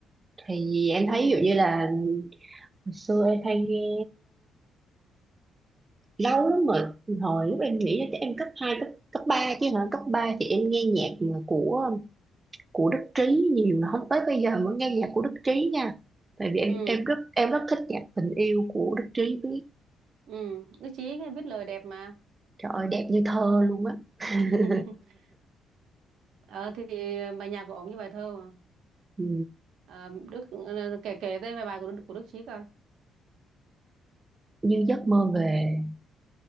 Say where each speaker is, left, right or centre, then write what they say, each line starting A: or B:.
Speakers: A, on the right; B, on the right.
A: thì em
B: ừ
A: thấy ví dụ như là hồi xưa em hay nghe lâu lắm rồi hồi lúc em nghĩ là chắc em cấp hai cấp cấp 3 chứ hả cấp 3 thì em nghe nhạc mà của của Đức Trí nhiều mà không tới bây giờ mới nghe nhạc của Đức Trí nha tại vì em
B: ừ
A: em rất em rất thích nhạc tình yêu của Đức Trí biết
B: ừ Đức Chí viết lời đẹp mà
A: trời ơi đẹp như thơ luôn á <laughs>
B: <laughs> ờ thì bài nhạc của ổng như bài thơ
A: Ừ,
B: À, Đức ừ, ừ, kể kể tên vài bài của Đức, của Đức Chí coi
A: như giấc mơ về